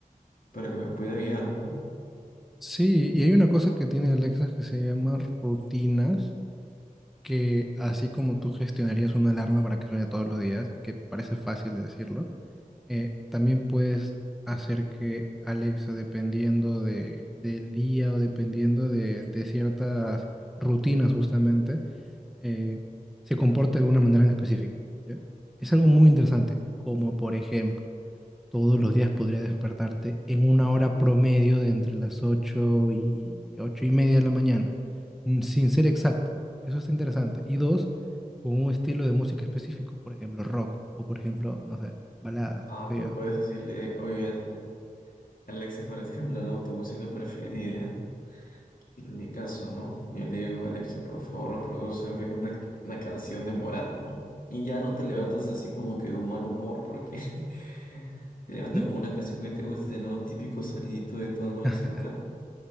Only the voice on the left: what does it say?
Para que me pueda guiar, ¿no?
Ah,
tú
puedes
decirle, oye, al- Alexa, por ejemplo, ¿no? Tu música preferida. En mi caso, ¿no? Yo le digo, Alexa, por favor, reprodúceme una, una canción de Morat, ¿no? Y ya no te levantas así como que de un mal humor, porque <laughs> te levantas
con una canción que te guste, ¿no? Típico sonidito de tono
del celular.